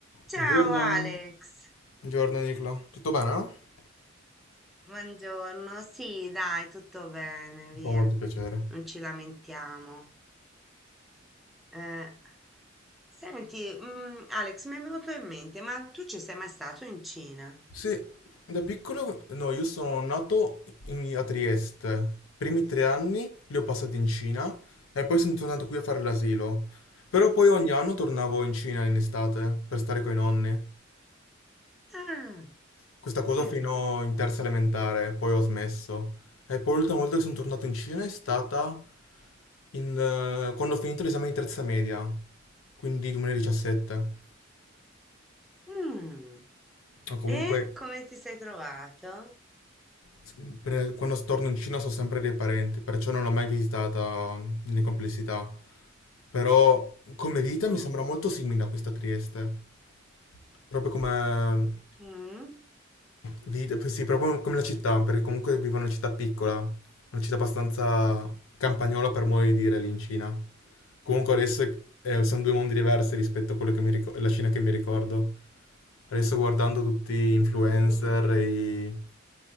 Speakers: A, in the centre; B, on the left.
A: Ciao
B: Buongiorno,
A: Alex,
B: Buongiorno Nicola, tutto bene?
A: buongiorno. Sì, dai, tutto bene, via.
B: fa molto piacere.
A: Non ci lamentiamo. Eh, senti, mm, Alex, mi è venuto in mente, ma tu ci sei mai stato in Cina?
B: Sì, da piccolo, no, io sono nato in- a Trieste, i primi tre anni li ho passati in Cina e poi sono tornato qui a fare l'asilo, però poi ogni anno tornavo in Cina in estate per stare con i nonni,
A: Ah,
B: questa cosa
A: eh,
B: fino in terza elementare, poi ho smesso e poi l'ultima volta che sono tornato in Cina è stata in, eh, quando ho finito l'esame di terza media, quindi 2017,
A: mm.
B: ma comunque
A: E come ti sei trovato?
B: s- per- quando torno in Cina so sempre dei parenti, perciò non l'ho mai visitata in complessità. Però come vita
A: Mm.
B: mi sembra molto simile a questa Trieste. Proprio come
A: Mm.
B: vita, eh, sì, proprio come la città, perché comunque vivo in una città piccola, una città abbastanza campagnola per modo di dire lì in Cina. Comunque adesso eh, sono due mondi diversi rispetto a quello che mi ricordo, la Cina che mi ricordo. Adesso guardando tutti gli influencer
A: Mm.
B: e